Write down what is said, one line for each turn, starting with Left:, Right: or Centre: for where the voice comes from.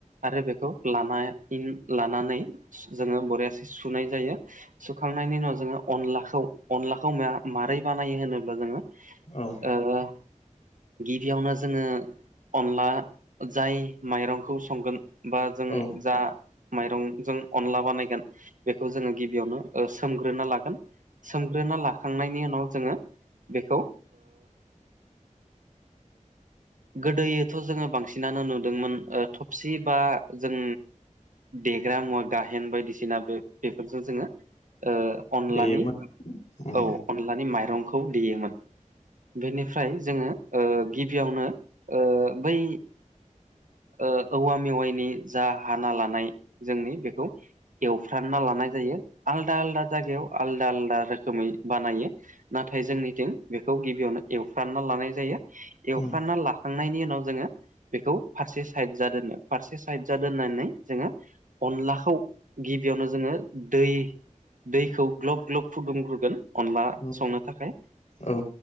Right: आरो बेखौ लाना लानानै जोंङो बरियासे सुनाय जायो। सुखांनायनि उनाव जोंङो अनलाखौ अनलाखौ मा मारै बानायो होनोब्ला जोंङो
Left: औ।
Right: ओ। बेयावनो जोङो अनला जाय माइरंखौ संगोन। बा जों
Left: औ
Right: दा माइरंजों अनला बानायगोन बेखौ जोङो गिबियावनो सोमग्रोना लागोन। सोमग्रोना लाखांनायनि उनाव जोङो बेखौ गोदोथ' जोङो बांसिनानो नुदोंमोन थबसि बा जों देग्रा मुवा गाहेन बायदिसिना बेफोरजों जोङो ओ अनलानि
Left: देयोमोन उम
Right: औ। लानि माइंखौ देयोमोन बेनिफ्राय जोङो ओ गिबियावनो ओ बै ओ औवा मेवाइनि जा हाना लानाय जोंनि बेखौ एवफ्रामना लानाय जायो आलादा-आलादा जायगायाव आलदा- आलदा रोखोमै बानायो। नाथाय जोंनिथिं बेखौ गिबियावनो एवफ्रानना लानाय जायो। एवफ्रानना
Left: उम
Right: लाखांनायनि उनाव जोङो बेखौ फारसे साइड जा दोननो फारसे साइड जा दोननानै जोङो अनलाखौ गिबियावनो जोङो दै दैखौ ग्लब-ग्लब फुदुंग्रोगोन अनला
Left: औ
Right: संनो थाखाय।
Left: औ